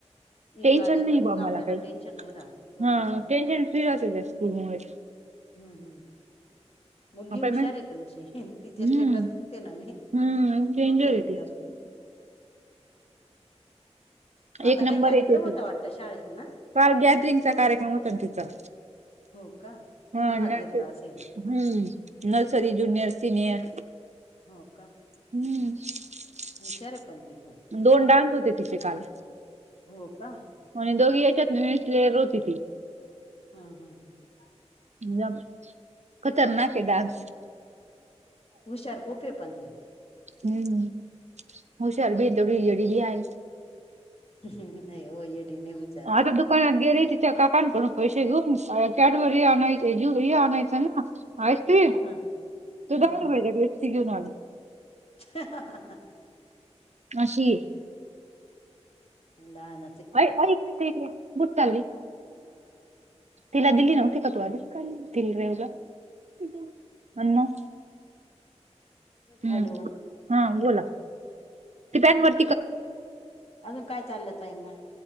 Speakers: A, on the left; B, on the right.
A: हे
B: टेन्शन
A: झाले
B: नाही
A: तर मग
B: बा मला
A: आपल्याला
B: काही
A: टेन्शन नाही राहत, बरोबर
B: हा
A: आहे.
B: टेन्शन फ्री राहते त्या स्कूलमुळे
A: हम्म हम्म मुलगी
B: आपण
A: हुशार आहे तुमची, तिचे
B: हम्म
A: स्टेटस बघते ना मी,
B: हम्म डेंजर
A: क्विट आहे
B: येते
A: एकदम. आता
B: एक नंबर
A: काही कार्यक्रम
B: येते
A: होता
B: ती
A: वाटतं शाळेत ना?
B: काल गॅदरिंगचा कार्यक्रम होता तिचा.
A: हो का, तिने
B: हा
A: भाग
B: नर्सरी
A: घेतला असेल?
B: हम्म नर्सरी, जुनियर, सिनियर
A: हो का?
B: हम्म
A: हुशार आहे पण ती खूप
B: दोन डान्स होते तिचे काल.
A: हो का?
B: आणि दोघी याच्यात मिस लेअर होती ती.
A: हा हा हम
B: जा खतरनाक हे डान्स.
A: हुशार खूप आहे पण ती
B: हम्म हुशार बी हे तेवढी येडी बी हाय.
A: ह् नही हो येडी नही मी
B: आता दुकानात गेले ती. त्या काकांकडून पैसे घेऊन कॅडबरी आणायचे जुहे आणायचं ना. आईस्क्रीम तू
A: हा हा
B: दहा
A: हा
B: रुपयां ऐवजी वीस ची घेऊन आली.
A: हा हा हा.
B: अशीए.
A: लहान
B: अय अयं एक मिनटं इकडे ये. कुठं चालली? तिला दिली नव्हती का तू आणून <unintelligible> आणि मग हम.
A: हॅलो
B: हा बोला ती पॅन्टवर
A: अजून काय चाललं ताई मग.